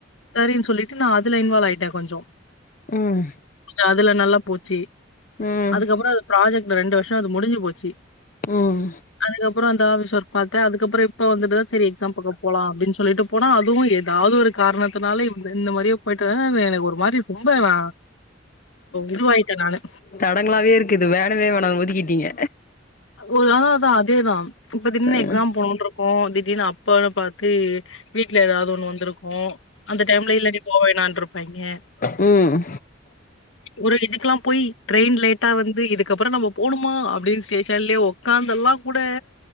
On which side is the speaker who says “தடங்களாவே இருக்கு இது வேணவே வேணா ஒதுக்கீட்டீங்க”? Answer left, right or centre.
Left